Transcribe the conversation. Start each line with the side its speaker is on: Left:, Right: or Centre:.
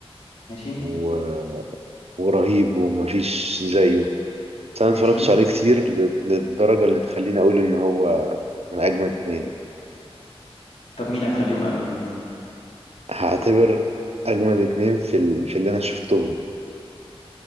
Left: ماشي
Right: جدا ورهيب ومفيش زيه بس انا
Left: ماشي
Right: متفرجتش عليه كتير ل- للدرجة اللي تخليني اقول ان هو من اجمد اتنين
Left: طب مين هتخليهم اجمد اتنين
Right: فهعتبر اجمد اتنين في, ال... في اللي انا شفتهم